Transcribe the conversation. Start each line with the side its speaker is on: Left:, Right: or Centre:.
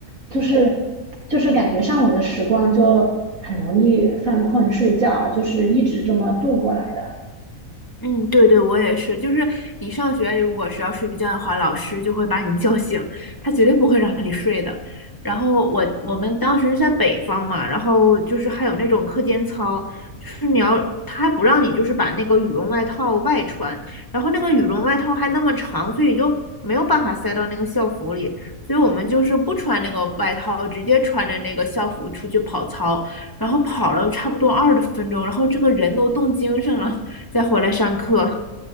Right: 就是就是感觉上午的时光就很容易犯困睡觉，就是一直这么度过来的。
Left: 嗯，对对，我也是。就是你上学如果是要睡觉的话，老师就会把你叫醒，他绝对不会让你睡的。然后我我们当时是在北方嘛，然后就是还有那种课间操，就是你要他还不让你就是把那个羽绒外套外穿，然后那个羽绒外套还那么长，所以就没有办法塞到那个校服里，所以我们就是不穿那个外套，直接穿着那个校服出去跑操，然后跑了差不多二十分钟，然后这个人都冻精神了。再回来上课。